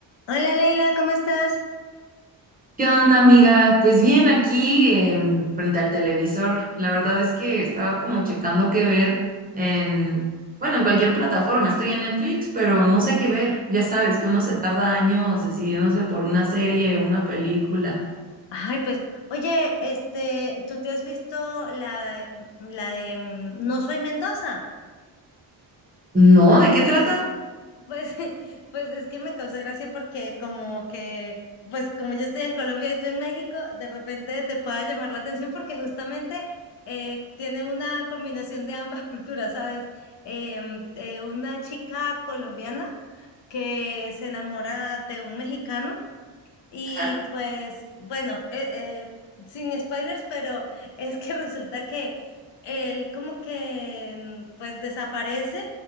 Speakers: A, on the left; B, on the right.
A: Hola Leila, ¿cómo estás?
B: ¿Qué onda, amiga? Pues bien, aquí em, frente al televisor. La verdad es que estaba como checando qué ver en, bueno, en cualquier plataforma. Estoy en Netflix, pero no sé qué ver. Ya sabes que uno se tarda años decidiéndose por una serie o una película.
A: Ay, pues, oye, este, ¿tú te has visto la, la de mm, No soy Mendoza?
B: No, ¿de qué trata?
A: Pues, <laughs> pues es que me causa gracia porque como que, pues como yo estoy en Colombia y tú en México, de repente te pueda llamar la atención porque justamente eh, tiene una combinación de ambas culturas, ¿sabes? Em, eh, una chica colombiana que se enamora de un mexicano Y
B: Ajá.
A: pues, bueno, eh, eh, sin spoilers, pero es que <laughs> resulta que él como que mm, pues desaparece